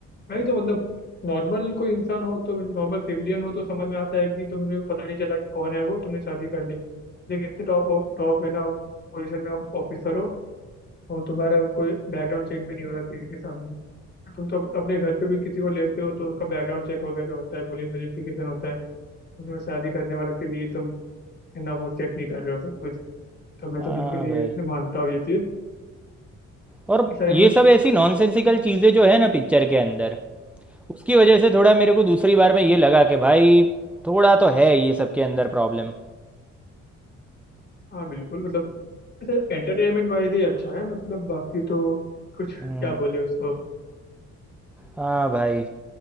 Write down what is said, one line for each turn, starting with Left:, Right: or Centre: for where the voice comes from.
Left: वही तो मतलब नॉर्मल कोई इंसान हो तो नॉर्मल सिविलियन हो तो समझ में आता है कि तुमने पता नहीं चला कि कौन है वो तुमने शादी कर ली लेकिन इतने टॉप टॉप है ना पोजीशन में ऑफिसर हो और तुम्हारा कोई बैकग्राउंड चेक भी नहीं हो रहा किसी के सामने तुम तो अपने घर पे भी किसी को लेते हो तो उसका बैकग्राउंड चेक वगैरह होता है पुलिस वेरिफिकेशन होता है तुम्हें शादी करने वालों के लिए तुम ना वो चेक नहीं कर रहे हो सब कुछ तो मैं तो
Centre: हाँ
Left: बिल्कुल ये
Centre: भाई
Left: मानता हूँ ये चीज़
Centre: और
Left: ये सारे
Centre: ये
Left: मतलब
Centre: सब ऐसी नॉनसेंसिकल चीज़ें जो है ना पिक्चर के अंदर उसकी वजह से थोड़ा मेरे को दूसरी बार में ये लगा कि भाई थोड़ा तो है ये सब के अंदर प्रॉब्लम
Left: हाँ बिल्कुल मतलब अच्छा एंटरटेनमेंट वाइज ही अच्छा है मतलब बाकी तो कुछ क्या
Centre: हम्म,
Left: बोले उसको अब
Centre: हाँ भाई